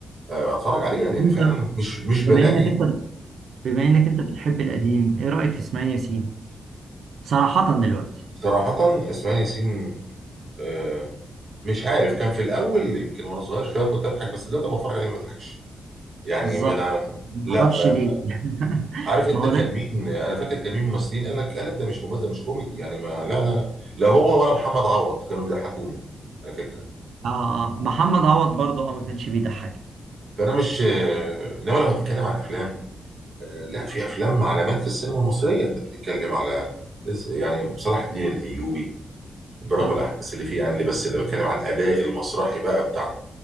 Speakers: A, on the right; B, on the right.
A: آه، اتفرج عليها لان
B: أنت
A: فعلا مش مش
B: بما
A: بلاقي
B: إنك أنت بما إنك أنت بتحب القديم إيه رأيك في إسماعيل ياسين؟ صراحة دلوقتي
A: صراحه اسماعيل ياسين آه، مش عارف كان في الاول يمكن وانا صغير شويه كنت اضحك بس دلوقتي ما اتفرج عليه ما بضحكش يعني
B: بالظبط
A: ما
B: ما
A: لا
B: اعرفش
A: ما
B: ليه <laughs>
A: عارف انت
B: ما هو
A: كان
B: ده
A: مين انا فاكر كان مين ممثلين قال لك قال لك ده مش ممثل ده مش كوميدي يعني ما لا لا لا لا هو ولا محمد عوض كانوا بيضحكوني على فكره
B: اه اه محمد عوض برضه اه ما كانش بيضحك
A: فانا مش آه، انما لو هتتكلم عن افلام آه، لا في افلام علامات في السينما المصريه انت بتتكلم على لس- يعني صلاح الدين الايوبي برغم
B: اه
A: الاحداث اللي فيه يعني اللي بس اللي بتكلم على الاداء المسرحي بقى بتاع